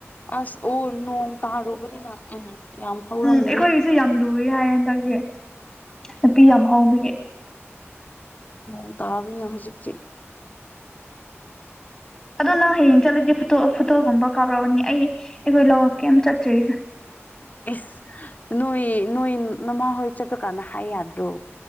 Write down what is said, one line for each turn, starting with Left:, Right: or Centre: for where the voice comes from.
Left: ꯑꯁ ꯑꯣ ꯅꯣꯡ ꯇꯥꯔꯨꯕꯅꯤꯅ ꯎꯝ ꯌꯥꯝ ꯍꯧꯔꯝꯒꯅꯤ
Centre: ꯎꯝ ꯑꯩꯈꯣꯏꯒꯤꯁꯨꯦ ꯌꯥꯝ ꯂꯨꯏꯦ ꯍꯥꯏꯅ ꯈꯁꯦ ꯅꯨꯄꯤ ꯌꯥꯝ ꯍꯧꯕꯒꯤ
Left: ꯎ ꯇꯥꯕ ꯉꯍꯁꯤꯁꯤ
Centre: ꯑꯗꯣ ꯅꯪ ꯍꯌꯦꯡ ꯆꯠꯂꯗꯤ ꯐꯣꯇꯣ ꯐꯣꯇꯣꯒꯨꯝꯕ ꯀꯥꯞꯔꯛꯑꯅꯤ ꯑꯩꯈꯣꯏ ꯂꯧꯔꯛꯀꯩꯝ ꯆꯠꯆꯔꯤꯗ
Left: ꯏꯁ ꯅꯣꯏ ꯅꯣꯏ ꯅꯃꯥ ꯍꯣꯏ ꯆꯠꯇ꯭ꯔ ꯀꯥꯟꯅ ꯍꯥꯏ ꯌꯥꯗ꯭ꯔꯣ